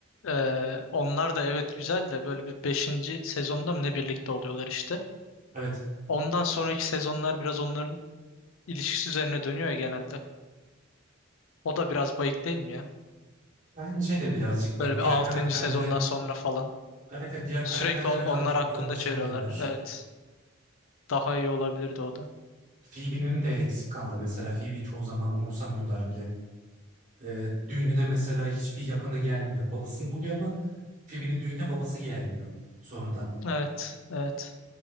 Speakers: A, on the left; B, on the right.
A: Ee, onlar da evet güzel de böyle bir beşinci sezonda mı ne birlikte oluyorlar işte.
B: evet
A: Ondan sonraki sezonlar biraz onların ilişkisi üzerine dönüyor ya genelde. O da biraz bayık değil mi ya?
B: bence de birazcık bak
A: Böyle
B: diğer
A: bir altıncı
B: karakterlere
A: sezondan sonra falan.
B: evet evet diğer
A: Sürekli
B: karakterlere
A: on- onlar
B: daha çok
A: hakkında
B: yoğunlaşabilirler.
A: çeviriyorlar. Evet. Daha iyi olabilirdi o da.
B: Phoebe'nin de eksik kaldı mesela. Phoebe'yi çoğu zaman umursamıyorlar bile. E, düğününe mesela hiçbir yakını gelmiyor. Babasını buluyor ama Phoebe'nin düğünde babası gelmiyor sonradan.
A: Evet. Evet.